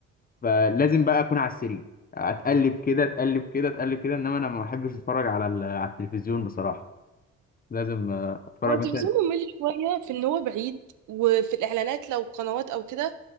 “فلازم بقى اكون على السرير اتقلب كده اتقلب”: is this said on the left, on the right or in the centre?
Left